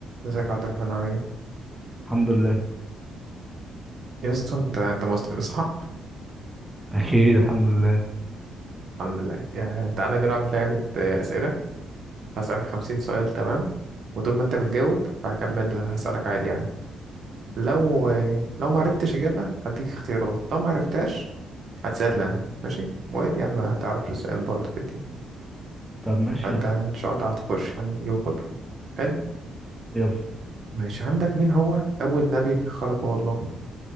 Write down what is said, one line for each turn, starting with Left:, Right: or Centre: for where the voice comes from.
Right: ازيك يا عبد الرحمن عامل ايه؟
Centre: الحمد لله
Right: يا اسطى انت انت مسلم صح؟ <laughs>
Centre: اكيد الحمد لله
Right: الحمد لله يعني تعالى نلعب لعبة آه، أسئلة هسألك خمسين سؤال تمام وطول ما انت بتجاوب فهكمل هسألك عادي يعني لو آه، لو ما عرفتش إجابة هديك اختيارات لو ما عرفتهاش هتسألني أنا ماشي؟ وعيب يعني ما تعرفش السؤال برضه في الدين
Centre: طب ماشي
Right: فانت
Centre: يلا
Right: إن شاء الله هتخش يعني تجيبه كله حلو؟
Centre: يلا
Right: ماشي عندك مين هو أول نبي خلقه الله؟